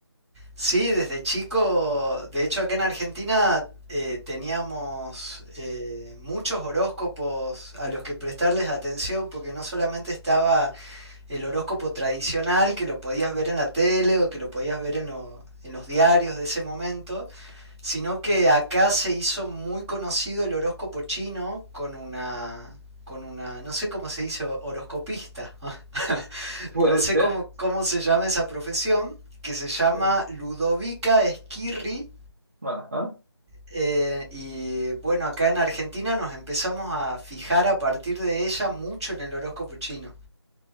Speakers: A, in the centre; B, on the right.
A: Sí, desde chico, de hecho acá en Argentina eh, teníamos eh, muchos horóscopos a los que prestarles atención, porque no solamente estaba el horóscopo tradicional que lo podías ver en la tele o que lo podías ver en, lo- en los diarios de ese momento, sino que acá se hizo muy conocido el horóscopo chino con una, con una, no sé cómo se dice, horoscopista, <laughs>
B: Puede
A: no sé
B: ser.
A: cómo, cómo se llama esa profesión, que se llama
B: ¿eh?
A: Ludovica Esquirri.
B: Ajá.
A: eh, y bueno, acá en Argentina nos empezamos a fijar a partir de ella mucho en el horóscopo chino.